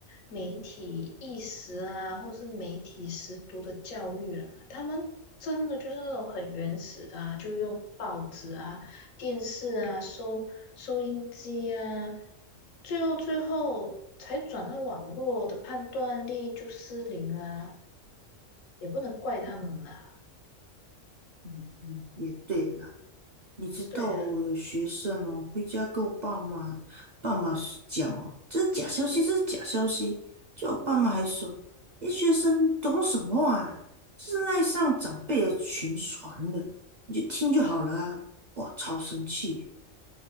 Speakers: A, on the left (about 80°); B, on the right (about 50°).
A: 媒体意识啊，或是媒体识读的教育啦、他们真的就是那种很原始的啊，就用报纸啊、电视啊、收收音机啊，最后最后才转到网络的判断力就失灵啦、也不能怪他们啦。
B: 嗯嗯嗯，也对了。你知道哦，
A: 对啊。
B: 有学生哦，回家跟我爸妈爸妈讲哦，这是假消息，这是假消息。就我爸妈还说，你学生懂什么啊？这是赖上长辈的群传的，你就听就好了啊。哇，超生气，